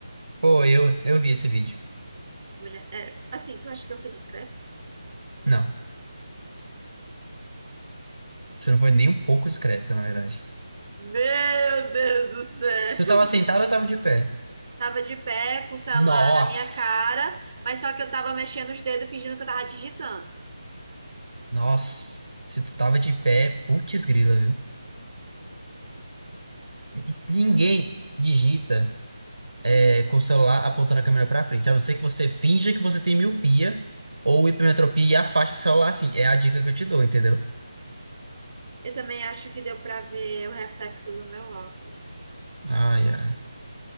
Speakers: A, on the right; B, on the right.
A: Pô, eu, eu vi esse vídeo.
B: Mulher, é, assim, tu acha que eu fui discreta?
A: Não. Você não foi nem um pouco discreta, na verdade.
B: Meu Deus do céu!
A: Tu tava sentado ou tava de pé?
B: Tava de pé, com o celular
A: Nossa!
B: na minha cara, mas só que eu tava mexendo os dedos, fingindo que eu tava digitando.
A: Nossa, se tu tava de pé, putz grila, viu? E Ninguém
B: tá?
A: digita é, com o celular apontando a câmera pra frente, a não ser que você finja que você tem miopia ou hipermetropia e afaste o celular assim. É a dica que eu te dou, entendeu?
B: Eu também acho que deu pra ver o reflexo do meu óculos.
A: Ai, ai.